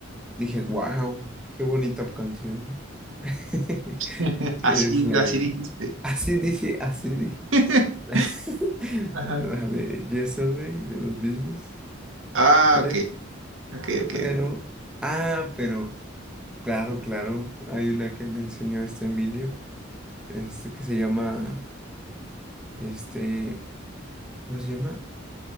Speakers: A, in the centre; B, on the right.
A: dije, wow, qué bonita canción. <laughs>
B: <laughs>
A: Que
B: Así,
A: es la
B: así
A: de.
B: dijiste.
A: Así dije, así dije.
B: <laughs>
A: <laughs>
B: Ajá.
A: La de Yesterday de los Beatles.
B: Ah,
A: Pero,
B: ok, ok, ok.
A: pero, ah, pero, claro, claro, hay una que me enseñó este Emilio, este que se llama, este, ¿cómo se llama?